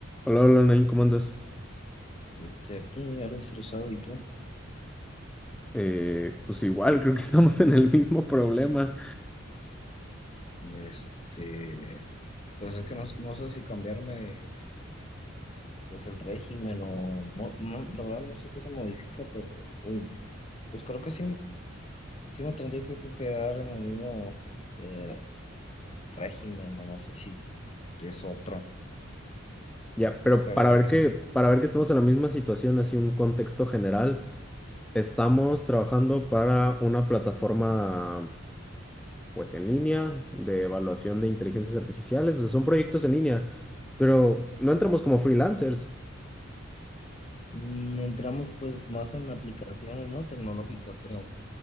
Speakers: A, in the centre; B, on the left.
A: Hola, hola, Nain, ¿cómo andas?
B: Este, aquí algo estresado, ¿y tú?
A: Eh, pues igual, creo que <laughs> estamos en el mismo problema.
B: Este, pues es que no, no sé si cambiarme pues el régimen o no, no, la verdad no sé qué se modifica, pero uy, pues creo que sí, me- sí me tendría que, que quedar en el mismo eh, régimen o no sé si es otro,
A: Ya, pero
B: pero
A: para
B: lo
A: ver
B: que
A: que,
B: sí.
A: para ver que estamos en la misma situación, así un contexto general, estamos trabajando para una plataforma, pues en línea, de evaluación de inteligencias artificiales, o sea, son proyectos en línea, pero no entramos como freelancers.
B: Mm, Entramos pues más en aplicaciones, ¿no? Tecnológicas, creo.